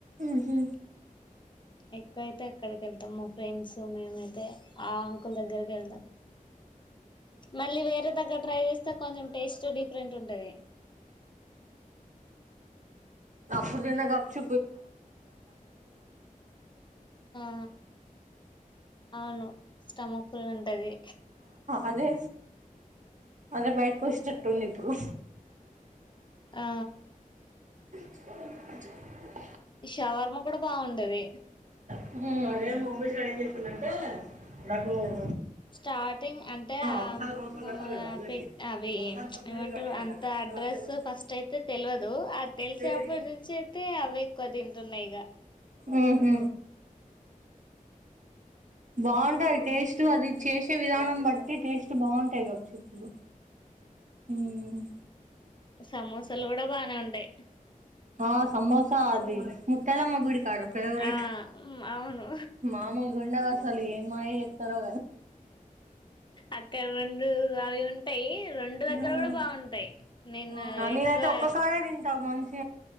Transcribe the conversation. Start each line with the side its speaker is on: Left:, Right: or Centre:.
Right: ఉహూ.
Left: ఎక్కువైతే అక్కడికె వెళ్తాం మా ఫ్రెండ్స్ మేమైతే ఆ అంకుల్ దగ్గరికే వెళ్తాం. మళ్ళీ వేరే దగ్గర ట్రై చేస్తే కొంచెం టేస్ట్ డిఫరెంట్ ఉంటది.
Right: ఎప్పుడు తిన్నది అప్ప్
Left: ఆ అవును స్టమప్ తే ఉంటాది
Right: అదే అదే బయటకూడ ష్టిట్ ఉంది ఇప్పుడు
Left: ఆ
Right: <inaudible> ఇంకా ఏవన్నా మంచిగా ఉన్నయ
Left: షవర్మ కూడా బాగుండెది
Right: అదే
Left: స్టార్టింగ్ అంటే
Right: ఒకసారి సంవత్సరం
Left: కూ
Right: కట్టాలి కదా ఇవన్నీ
Left: పె అవి
Right: ఒకసారి పర్సనల్
Left: ఏమంటారు
Right: కట్టిందట
Left: అంత
Right: కట్టిన
Left: అడ్రస్
Right: తర్వాత ఏమంటే
Left: ఫస్ట్ అయితే తెలివదు ఆ తెలిసినప్పటి
Right: చేయి తిరిగింది.
Left: నుంచి అయితే అవి ఎక్కువ తింటున్న ఇక
Right: ఆహు బాగుంటాది టేస్ట్ అది చేసే విధానం బట్టి ట్టి టేస్ట్ బాగుంటాయి కదా్చెప్పులు వును కదా
Left: సమోసలు కూడా బానే ఉంటాయి
Right: ఆ సమోసా అది ముత్యాలమ్మ గుడి ఆడ ఫేవరెట్
Left: ఆ అవును
Right: మామూలు గుండావాసలు ఏ మీ మామయ్య వత్తడా
Left: అక్కడ రెండు అవి ఉంటాయి రెండు దగ్గర
Right: మ్మ్.
Left: కూడా బాగుంటాయి నేను
Right: అవునా నేనైతే
Left: ఎక్కువ
Right: ఒక్క కాడే తింటా మనిషి